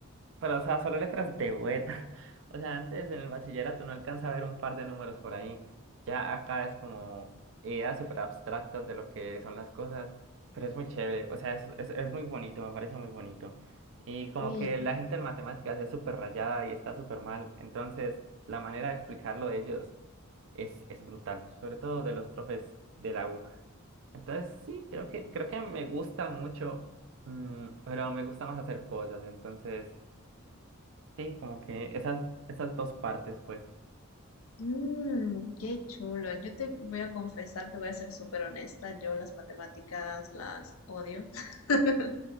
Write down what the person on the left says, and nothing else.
Sí,
Mmm, qué chulo. Yo te voy a confesar, te voy a ser súper honesta. Yo las matemáticas las odio. <laughs>